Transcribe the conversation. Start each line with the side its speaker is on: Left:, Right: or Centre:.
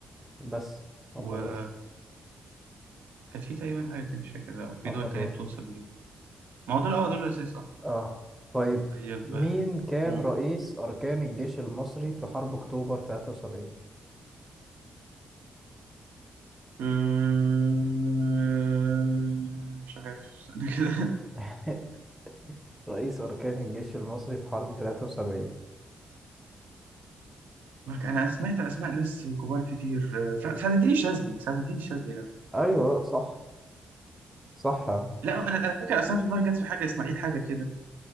Centre: بس هم
Right: وكانت
Centre: دول
Right: في تقريبا حاجه تانية مش فاكر او في
Centre: هم
Right: دول تانية
Centre: دول
Right: بتنسب ليهم ما هو دول اه دول الاساس اه
Centre: اه طيب
Right: طيب
Centre: مين
Right: آه،
Centre: كان
Right: قول
Centre: رئيس أركان الجيش المصري في حرب أكتوبر 73
Right: آه، مش عارف استنى كده
Centre: <laughs> رئيس أركان الجيش المصري في حرب 73
Right: <laughs> انا سمعت اسماء ناس كبار كتير آه، سع- سعد الدين الشاذلي سعد الدين الشاذلي يا جدع
Centre: أيوه صح صح يا عم.
Right: لا انا انا فاكر اصلا في دماغي جت في حاجه اسماعيل حاجه كده